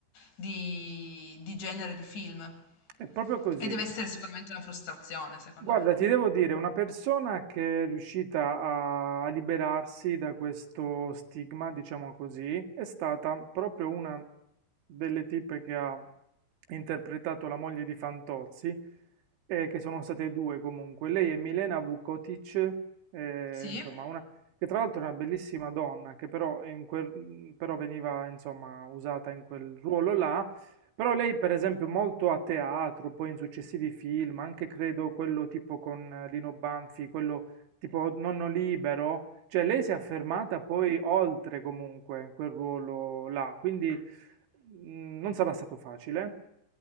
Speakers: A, on the left; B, on the right.
A: di, di genere di film.
B: è proprio così.
A: E deve essere sicuramente una frustrazione, secondo
B: Guarda,
A: me.
B: ti devo dire, una persona che è riuscita a a liberarsi da questo stigma, diciamo così, è stata proprio una delle tipe che ha interpretato la moglie di Fantozzi, eh, che sono state due comunque. Lei è Milena Vukotic, eh,
A: Sì?
B: insomma, una, che tra l'altro è una bellissima donna, che però, in quel- però veniva, insomma, usata in quel ruolo là. Però lei, per esempio, molto a teatro, poi in successivi film, anche credo quello tipo con eh, Lino Banfi, quello tipo Nonno Libero, cioè lei si è affermata poi oltre comunque quel ruolo là, quindi mh, non sarà stato facile,